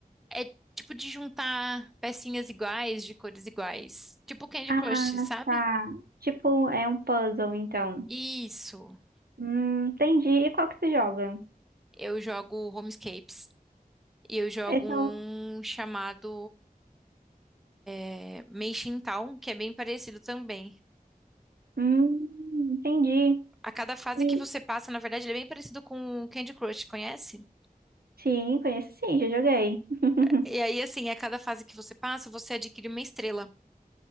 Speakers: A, in the centre; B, on the right.
A: é tipo de juntar pecinhas iguais, de cores iguais. Tipo Candy
B: Ah,
A: Crush, sabe?
B: tá. Tipo, é um puzzle, então.
A: Isso.
B: Hum, entendi. E qual que tu joga?
A: Eu jogo Homescapes. E eu jogo
B: Eu sou...
A: um chamado é, Meishin Town, que é bem parecido também.
B: Hum, entendi.
A: A cada fase
B: E...
A: que você passa, na verdade, ele é bem parecido com o Candy Crush, conhece?
B: Sim, conheço sim, já joguei. <laughs>
A: E aí, assim, a cada fase que você passa, você adquire uma estrela.